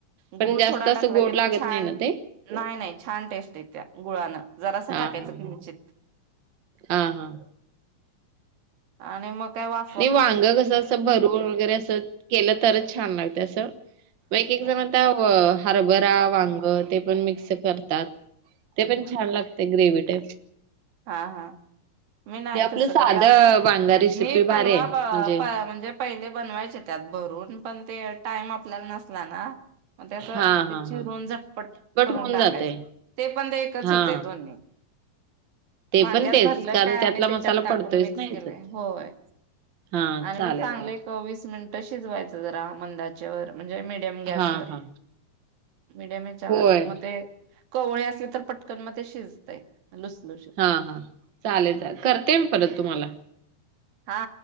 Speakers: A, on the right; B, on the right.
A: पण
B: गुळ
A: जास्त
B: थोडा
A: असं
B: टाकला
A: गोड
B: की नाही,
A: लागत
B: छान
A: ना ते?
B: नाही-नाही छान टेस्ट येत्या गुळानं. जरा सा
A: हां,
B: टाकायचं
A: हां,
B: की
A: हां.
B: निचित.
A: हां, हां.
B: आणि मग काय वा
A: नाही वांग कसं असं भरून वगैरे असं केलं तरच छान लागते असं. मग एक-एक जण आता हरभरा वांग ते पण मिक्स करतात. ते पण छान लागते ग्रेव ट
B: हा हा मी नाही,
A: आपलं
B: तस
A: साधं
B: कधीं
A: वांगा रेसिपी
B: मी पलवा
A: भारी आहे म्हणजे
B: म्हणजे पहिले बनवायचे, त्यात भरून पण ते टाईम आपल्याला नसला ना मग त्या त्या
A: हा हा
B: चिरून
A: हा.
B: झटपट, करून
A: होऊन
B: टाकायचं
A: जाते
B: ते पण ते एकच
A: हा.
B: होते दोन्ही
A: ते
B: वांग्यात
A: पण तेच
B: भरलं
A: कारण
B: काय
A: त्यातला
B: आणि त्याच्यात
A: मसाला
B: टाकून,
A: पडतोयच
B: मिक्स
A: ना ह्याच्यात.
B: केलंय होय
A: हा
B: आणि
A: चालेल
B: मग चांगलं
A: चालेल
B: एक वीस मिनट शिजवायचं, जरा मंदाच्या व म्हणजे मिडयम गॅसवर
A: हा हा
B: मीडियम याच्यावर
A: होय
B: मग ते कवळे असले, तर पटकन म ते शिजतय लुसलु श
A: हा हा चालेल चा करते परत तुम्हाला
B: हा